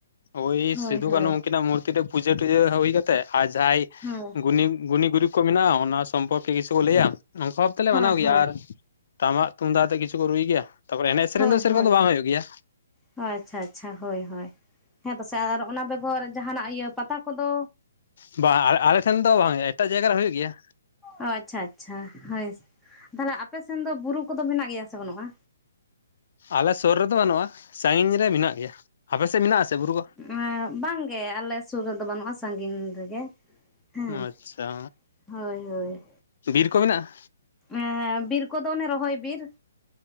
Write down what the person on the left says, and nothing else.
ᱳᱭ
ᱥᱤᱫᱩ
ᱠᱟᱹᱱᱦᱩ ᱩᱱᱠᱤᱱᱟᱜ ᱢᱩᱨᱛᱤ ᱨᱮ ᱯᱩᱡᱟᱹ ᱴᱩᱡᱟᱹ ᱦᱩᱭ ᱠᱟᱛᱮᱜ ᱟᱨ ᱡᱟᱦᱟᱸᱭ
ᱜᱩᱱᱤ ᱜᱩᱱᱤ ᱜᱩᱨᱤ ᱠᱚ ᱢᱮᱱᱟᱜᱼᱟ ᱚᱱᱟ ᱥᱚᱢᱯᱚᱨᱠᱮ ᱠᱤᱪᱷᱩ ᱠᱚ ᱞᱟᱹᱭᱟ᱾ ᱚᱝᱠᱟ ᱵᱷᱟᱵᱽ ᱛᱮᱞᱮ
ᱢᱟᱱᱟᱣ ᱜᱮᱭᱟ
ᱟᱨ ᱛᱟᱢᱟᱜ ᱛᱩᱢᱫᱟᱜ ᱟᱛᱮᱫ ᱠᱤᱪᱷᱩ ᱠᱚ ᱨᱩᱭ ᱜᱮᱭᱟ᱾ ᱛᱟᱯᱚᱨᱮ ᱮᱱᱮᱡ ᱥᱮᱨᱮᱧ
ᱫᱚ ᱥᱮᱨᱚᱠᱚᱢ
ᱫᱚ ᱵᱟᱝ ᱦᱩᱭᱩᱜ ᱜᱮᱭᱟ
ᱵᱟᱝ ᱟᱞ ᱟᱞᱮ ᱴᱷᱮᱱ ᱫᱚ ᱵᱟᱝ ᱮᱴᱟᱜ ᱡᱟᱭᱜᱟ ᱨᱮ ᱦᱩᱭᱩᱜ ᱜᱮᱭᱟ᱾
ᱟᱞᱮ ᱥᱩᱨ ᱨᱮᱫᱚ ᱵᱟᱹᱱᱩᱜᱼᱟ, ᱥᱟᱺᱜᱤᱧ ᱨᱮ ᱢᱮᱱᱟᱜ ᱜᱮᱭᱟ᱾ ᱟᱯᱮ ᱥᱮᱫ ᱢᱮᱱᱟᱜ ᱟ ᱥᱮ ᱵᱩᱨᱩ? ᱠᱚ
ᱟᱪᱪᱷᱟ
ᱵᱤᱨ ᱠᱚ ᱢᱮᱱᱟᱜᱼᱟ᱾